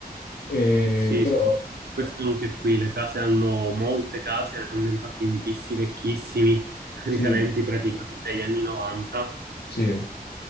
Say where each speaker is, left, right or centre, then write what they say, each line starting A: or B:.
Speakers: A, on the left; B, on the right.
A: Eh,
B: Sì,
A: però
B: sì. questo anche qui, le case hanno, molte case hanno infatti infissi vecchissimi, risalenti
A: sì,
B: praticamente agli anni 90,
A: sì.